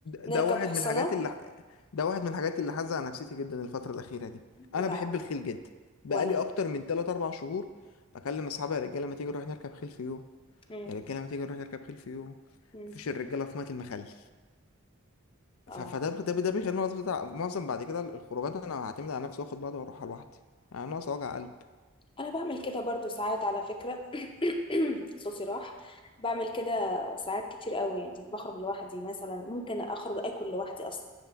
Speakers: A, on the left (about 25°); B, on the left (about 80°).
A: نركب
B: ده واحد
A: حصنة
B: من الحاجات اللي ده واحد من الحاجات اللي حازه على نفسيتي جدا الفترة الأخيرة دي أنا
A: لا
B: بحب الخيل جدا بقالي
A: وأنا
B: أكتر من 3 4 شهور بكلم أصحابي يا رجالة ما تيجي نروح نركب خيل في يوم
A: مم.
B: يا رجالة ما تيجي نروح نركب خيل في يوم
A: مم.
B: مفيش الرجالة في مية المخلل
A: اه
B: ف- فده ده ده بيخليني معظم بتاع معظم بعد كده الخروجات أنا هعتمد على نفسي وآخد بعض وأروح لوحدي يعني ناقص وجع قلب
A: انا بعمل كده برضو ساعات على فكرة <coughs> <clears throat> صوصي راح بعمل كده ساعات كتير قوي يعني بخرج لوحدي مثلا ممكن اخرج اكل لوحدي اصلا